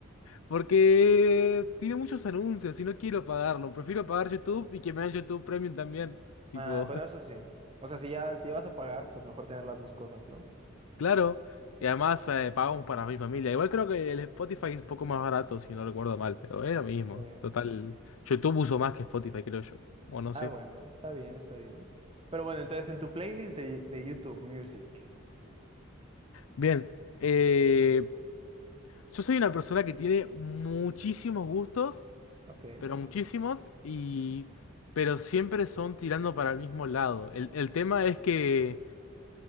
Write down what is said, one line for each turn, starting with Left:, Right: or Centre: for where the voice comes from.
Left: Porque tiene muchos anuncios y no quiero pagarlo. Prefiero pagar YouTube y que me den YouTube Premium también. Tipo,
Right: Ah, bueno,
Left: <laughs>
Right: eso sí. O sea, si ya, si vas a pagar, pues mejor tener las dos cosas, ¿no?
Left: claro. Y además eh, pagamos para mi familia. Igual creo que el Spotify es un poco más barato, si no recuerdo mal, pero es lo mismo.
Right: Sí.
Left: Total, YouTube uso más que Spotify, creo yo. Bueno, no
Right: Ah,
Left: sé.
Right: bueno, está bien, está bien. Pero bueno, entonces en tu playlist de, de YouTube Music.
Left: Bien, eh, yo soy una persona que tiene muchísimos gustos,
Right: Ok.
Left: pero muchísimos, y pero siempre son tirando para el mismo lado. El, el tema es que